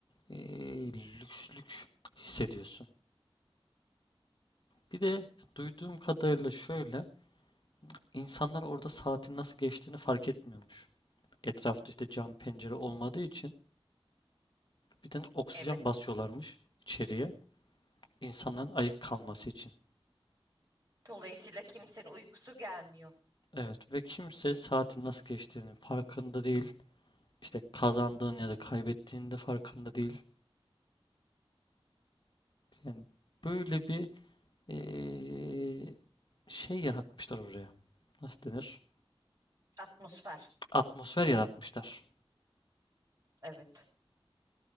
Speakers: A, on the left; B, on the right.
A: e, lükslük hissediyorsun. Bir de duyduğum kadarıyla şöyle insanlar orada saatin nasıl geçtiğini fark etmiyormuş. etrafta işte cam pencere olmadığı için bir de oksijen
B: Evet.
A: basıyorlarmış içeriye insanların ayık kalması için.
B: Dolayısıyla kimsenin uykusu gelmiyor.
A: Evet ve kimse saatin nasıl geçtiğinin farkında değil. İşte kazandığın ya da kaybettiğinin de farkında değil. Yani böyle bir eee, şey yaratmışlar oraya. Nasıl denir?
B: Atmosfer.
A: Atmosfer yaratmışlar.
B: Evet.